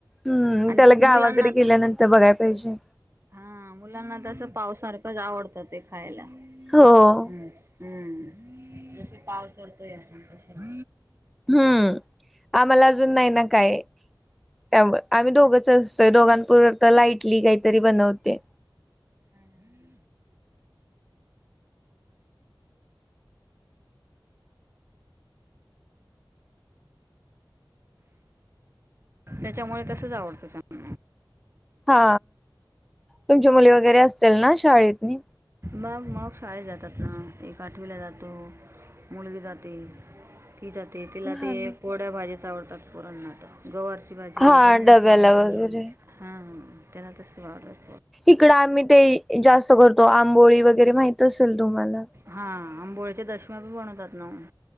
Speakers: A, in the centre; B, on the right (about 30°).
A: हम्म
B: आणि
A: त्याला गावाकडे
B: मुलांना आता
A: गेल्यानंतर बघाय पाहिजे.
B: हा मुलांना त्याच पावसारखंच आवडतं ते खायला हम्.
A: हो
B: हम्म जस पाव तोडतोय तसं.
A: हम्म आम्हाला अजून नाही ना काय. त्यामुळे आम्ही दोघंच असतोय दोघांपोर्त तर लाइटली काहीतरी बनवते.
B: हां ह. <inaudible> त्याच्यामुळे तसच आवडतं त्याला.
A: हा तुमची मुली वगैरे असतील ना शाळेतनी?
B: मग मग शाळेत जातात ना एक आठवीला जातो. मुलगी जाते. ती जाते तिला
A: हा
B: ते
A: ना
B: कोड्या भाजीच आवडतात पोरांना आता गवर भाजी,
A: हा
B: भेड्यांची
A: डब्याला
B: भाजी
A: वगैरे
B: हा त्याला तस वाढत.
A: इकडं आम्ही ते जास्त करतो आंबोळी वगैरे माहित असेल तुम्हाला.
B: हा आंबोळीच्या दशम्या बी बनवतात नव्हं.